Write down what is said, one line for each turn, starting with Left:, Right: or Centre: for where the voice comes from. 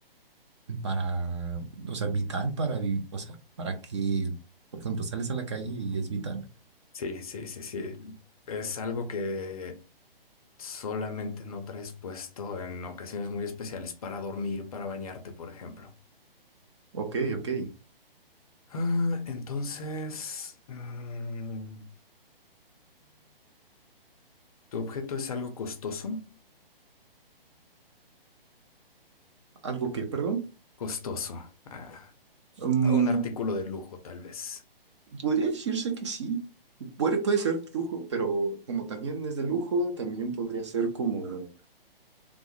Right: Para, o sea, vital para vivir, o sea, para que, por ejemplo, sales a la calle y es vital.
Left: Sí, sí, sí, sí. Es algo que solamente no traes puesto en ocasiones muy especiales para dormir, para bañarte, por ejemplo.
Right: Ok, ok.
Left: Ah, entonces, mm, ¿tu objeto es algo costoso?
Right: ¿Algo que, perdón?
Left: Costoso. Ah,
Right: Mm,
Left: un artículo de lujo, tal vez.
Right: podría decirse que sí. Puede, puede ser lujo, pero como también es de lujo, también podría ser como,